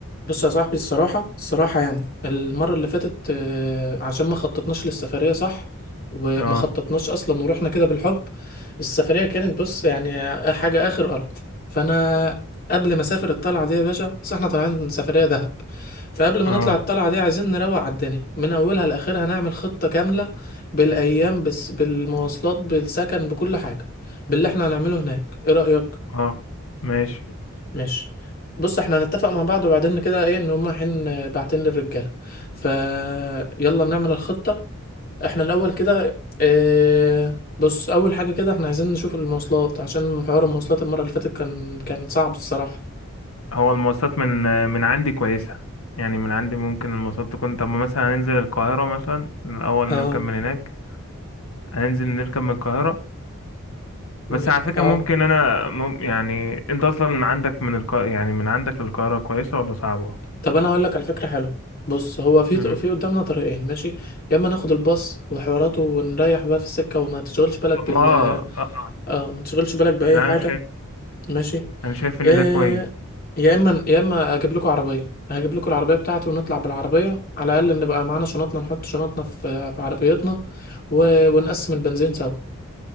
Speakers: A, on the left; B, on the left.
A: بص يا صاحبي الصراحة الصراحة يعني المرة اللي فاتت آه، عشان ما خططناش للسفرية صح وما
B: اه
A: خططناش أصلا ورحنا كده بالحب السفرية كانت بص يعني حاجة آخر قرف فأنا قبل ما أسافر الطلعة دي يا باشا بس احنا طالعين سفرية دهب فقبل ما
B: اه
A: نطلع الطلعة دي عايزين نروق على الدنيا من أولها لآخرها نعمل خطة كاملة بالأيام بس بالمواصلات بالسكن بكل حاجة باللي احنا هنعمله هناك إيه رأيك؟
B: اه ماشي
A: ماشي بص احنا هنتفق مع بعض وبعدين كده ايه ان هما حين بعتين للرجاله ف يلا نعمل الخطه احنا الاول كده اه بص اول حاجه كده احنا عايزين نشوف المواصلات عشان حوار المواصلات المره اللي فاتت كان كان صعب الصراحه
B: هو المواصلات من من عندي كويسة يعني من عندي ممكن المواصلات تكون طب مثلا هننزل القاهرة مثلا الأول
A: اه
B: نركب من هناك هننزل نركب من القاهرة
A: مم،
B: بس على فكرة
A: اه
B: ممكن أنا مم يعني أنت أصلا عندك من الق... يعني من عندك للقاهرة كويسة ولا صعبة؟
A: طب انا هقول لك على فكره حلوه بص هو في
B: مم.
A: في قدامنا طريقين ماشي يا اما ناخد الباص وحواراته ونريح بقى في السكه وما تشغلش بالك
B: طب
A: بال
B: ما آه، آه،
A: اه ما تشغلش بالك باي
B: يعني
A: حاجه
B: أنا شايف
A: ماشي
B: أنا شايف
A: يا
B: إن ده كويس
A: يا اما يا اما اجيب لكم عربيه هجيب لكم العربيه بتاعتي ونطلع بالعربيه على الاقل نبقى معانا شنطنا نحط شنطنا في في عربيتنا و... ونقسم البنزين سوا